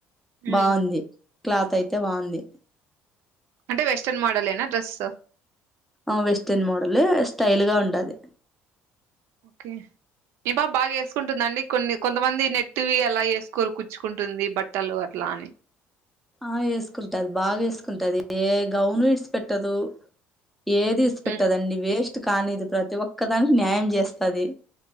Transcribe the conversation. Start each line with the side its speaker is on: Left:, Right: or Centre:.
Right: ఉమ్
Centre: బాగుంది క్లాత్ అయితే బాగుంది.
Right: అంటే వెస్టర్న్ మోడల్ ఏనా డ్రెస్స్
Centre: ఆ వెస్టెర్న్ మోడల్ స్టైల్ గా ఉండాది
Right: ఓకే ఈ పా బాగ ఏసుకుంటుంద అండి కొన్ని కొంతమంది నెట్టువి అలా ఏసుకోరు కుచ్చుకుంటుంది బట్టలు అట్లా అని.
Centre: ఆ ఏస్కుంటది బాగా ఏసుకుంటది ఏ గౌను ఇడ్సి పెట్టదు. ఏది ఇస్సి పెట్టదండి
Right: ఉమ్
Centre: వేస్ట్ కానీ ఇది ప్రతి ఒక్కదాన్ని న్యాయం జేస్తది